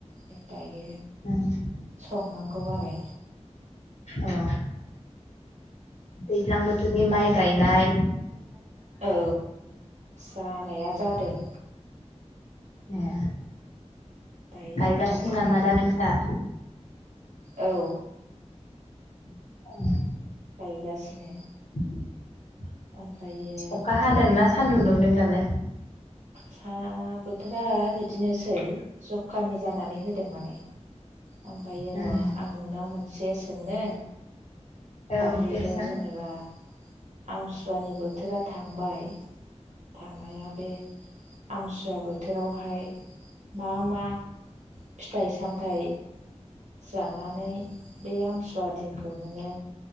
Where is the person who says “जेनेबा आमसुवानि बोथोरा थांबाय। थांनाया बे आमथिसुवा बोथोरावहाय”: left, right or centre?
Right